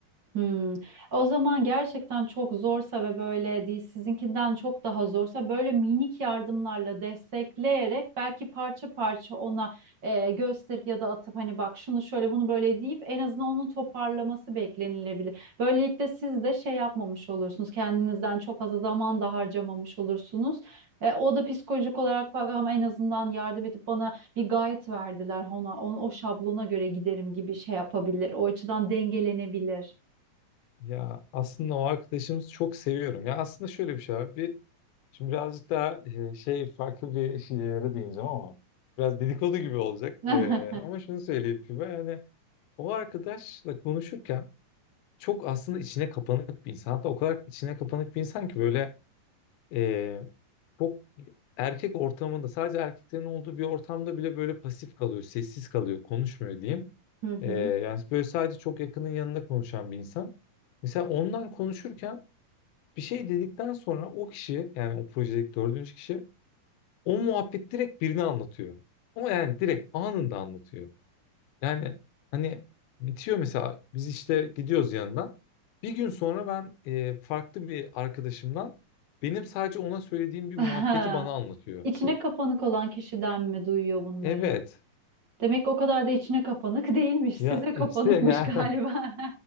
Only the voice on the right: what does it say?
Hmm. O zaman gerçekten çok zorsa ve böyle değil sizinkinden çok daha zorsa böyle minik yardımlarla destekleyerek belki parça parça ona e, gösterip ya da atıp hani bak şunu şöyle bunu böyle deyip en azından onun toparlaması beklenilebilir. Böylelikle siz de şey yapmamış olursunuz kendinizden çok fazla zaman da harcamamış olursunuz. E, o da psikolojik olarak bak ama en azından yardım edip bana bir guide verdiler ona, onu, o şablona göre giderim gibi şey yapabilir. O açıdan dengelenebilir.
<laughs>
Hı
hı.
<laughs>
İçine kapanık olan kişiden mi duyuyor bunları?
Demek o kadar da içine kapanık <laughs> değilmiş. Size
kapanıkmış
galiba.